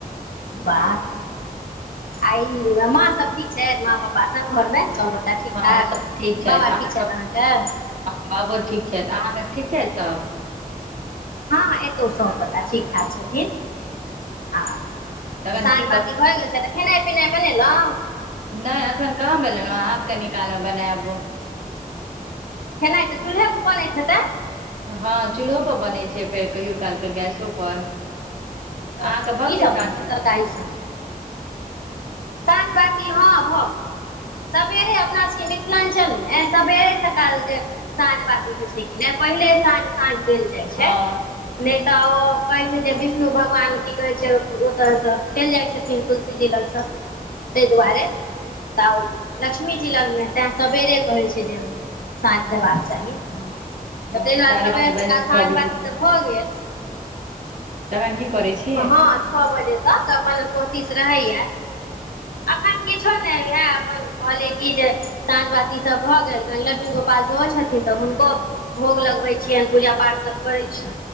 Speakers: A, on the left; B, on the right.
A: बस आइ सब ठ <inaudible> छथि माँ पापा सभ घरमे
B: हँ
A: सभगोटा ठीक ठाक
B: सब ठीक
A: बाबा
B: अहाँ
A: ठीक छथि अहाँकेँ
B: सब हँ बाबू ठीक छथि अहाँके ठीक छथि सभ
A: हँ हँ एतौ सब गटा ठीक ठाक छथिन आ
B: तखन
A: सझ
B: की
A: ब
B: कर
A: भए गेल छै तऽ खेनाइ पिनाइ बनेलहुँ
B: नहि अखन कहाँ ब लेलहुँँ आब कऽ निकालहु बना आबू
A: खैना तऽ चूल्हे प बन छै तऽ
B: हँ चूल्हो पर बनै छै फेर कहियो काल के गैसो पर
A: अच्छा
B: अहाँके भऽ
A: की सब
B: गेले
A: बनतै तरकारी सब साँझ बात हँ भऽ गेल सबेरे अपना सभके मिथिलांचल में सबेरे सकाल जे साँझ बाती होइ छै कि नहि पहिले साँझ साँझ देल जाइ छै
B: हँ
A: नहि तऽ ओ कहैत छै जे विष्णु भगवान की कहै छै ओतऽसँ चलि जाइत छथिन तुलसी जी लगसँ ताहि दुआरे तऽ लक्ष्मी जी लगमे तैं सबेरे कहै छै जे साँझ देबाक चाही ह
B: हँ
A: तऽ ताहि
B: साढ़े
A: दुआरे सबेर
B: पाँच बजे
A: सकाल
B: छओ
A: साँझ
B: बजे
A: बाती तऽ भऽ गेल
B: तखन की करै छी
A: हँ छओ बजे तक अपन कोशिश रहैया अखन किछो नहि इहै अपन कहइले की जे साँझ बाती सब भए गेल गन लड्डू गोपाल सेहो छथि तऽ हुनको भोग लगबैत छियैन पूजा पाठ सभ करै छी